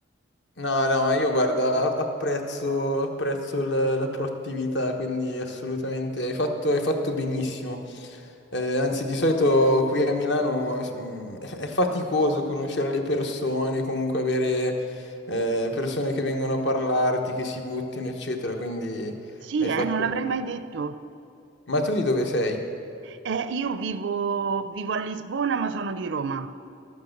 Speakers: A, on the left; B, on the right.
A: No, no, ma io guarda, apprezzo, apprezzo l- la proattività, quindi assolutamente hai fatto, hai fatto benissimo. Eh, anzi, di solito qui a Milano mm, è, è faticoso conoscere le persone, comunque avere eh, persone che vengono a parlarti, che si buttino, eccetera, quindi
B: Sì,
A: hai fatto
B: eh, non l'avrei
A: bene.
B: mai detto.
A: Ma tu di dove sei?
B: Eh, io vivo, vivo a Lisbona, ma sono di Roma.